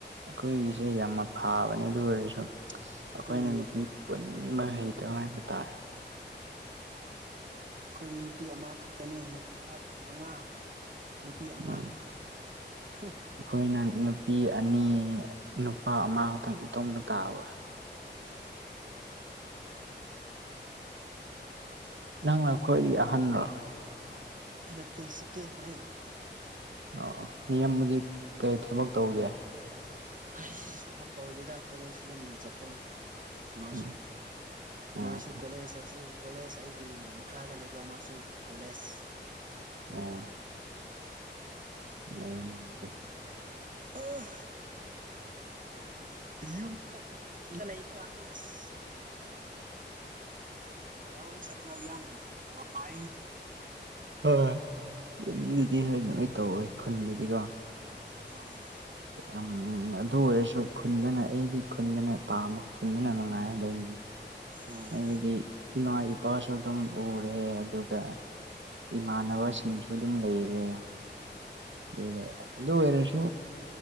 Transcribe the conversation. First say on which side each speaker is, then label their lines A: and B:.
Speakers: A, on the right (about 80°); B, on the right (about 45°).
A: ꯑꯩꯈꯣꯏꯒꯤꯁꯦ
B: ꯑꯥ
A: ꯌꯥꯝꯅ ꯐꯥꯕꯅꯦ ꯑꯗꯨ ꯑꯣꯏꯔꯁꯨ ꯑꯩꯈꯣꯏꯅ
B: ꯑꯩꯈꯣꯏꯗꯤ
A: ꯅꯨꯄꯤ ꯄꯨꯟꯕ ꯍꯩꯇꯕ ꯍꯥꯏꯕ ꯇꯥꯔꯦ
B: ꯑꯩꯈꯣꯏꯗꯤ ꯅꯨꯄꯤ ꯑꯃ ꯈꯛꯇꯅꯤ ꯅꯨꯄꯥ ꯃꯉꯥ ꯅꯨꯄꯤ ꯑꯃ
A: ꯎꯝ
B: <inaudible>
A: ꯑꯩꯈꯣꯏꯅ ꯅꯨꯄꯤ ꯑꯅꯤ ꯅꯨꯄꯥ ꯑꯃꯈꯇꯪ ꯏꯇꯣꯝꯇ ꯇꯥꯕ
B: ꯑꯣ
A: ꯅꯪꯅ ꯈꯣꯏꯗꯤ ꯑꯍꯟꯔꯣ
B: ꯅꯠꯇꯦ ꯁꯦꯀꯦꯟꯅꯦ
A: ꯑꯣ ꯅꯤꯌꯝꯕꯗꯤ ꯀꯩ ꯊꯕꯛ ꯇꯧꯒꯦ
B: ꯍꯩꯁ ꯊꯕꯛ ꯇꯧꯕꯗꯦꯗ ꯀꯣꯂꯦꯖ ꯑꯗꯨꯝ ꯆꯠꯄꯅꯦ ꯃꯥꯁꯨ
A: ꯎꯝ ꯑꯣ
B: ꯃꯥꯁꯨ ꯀꯣꯂꯦꯁ ꯑꯩꯁꯨ ꯀꯣꯂꯦꯖ ꯑꯩꯒꯤ ꯃꯈꯥꯗ ꯂꯩꯕ ꯑꯃꯁꯨ ꯀꯣꯂꯦꯖ
A: ꯑꯣ <unintelligible>
B: ꯑꯥ ꯌꯨꯝꯗ ꯌꯨꯝꯗ ꯂꯩꯕ ꯀꯥꯟꯗꯤ ꯑꯁ ꯂꯥꯎ ꯆꯂꯒ ꯌꯥꯝ ꯋꯥꯏꯌꯦ
A: ꯍꯣꯏ ꯌꯨꯝꯗꯗꯤ ꯍꯣꯏꯅꯣꯏ ꯇꯧꯋꯦ ꯈꯨꯟꯗꯗꯤꯀꯣ
B: ꯎꯝ
A: ꯎꯝ ꯑꯗꯨ ꯑꯣꯏꯔꯁꯨ ꯈꯨꯟꯗꯅ ꯑꯩꯗꯤ ꯈꯨꯟꯗꯅ ꯄꯥꯝꯃꯦ ꯈꯨꯟꯗꯅ ꯅꯨꯡꯉꯥꯏ ꯂꯩ
B: ꯑꯥ
A: ꯍꯥꯏꯕꯗꯤ ꯏꯃꯥ ꯏꯄꯥꯁꯨ ꯑꯗꯨꯝ ꯎꯔꯦ ꯑꯗꯨꯒ ꯏꯃꯥꯟꯅꯕꯁꯤꯡꯁꯨ ꯑꯗꯨꯝ ꯂꯩꯔꯦ ꯑꯗꯨꯒ ꯑꯗꯨ ꯑꯣꯏꯔꯁꯨ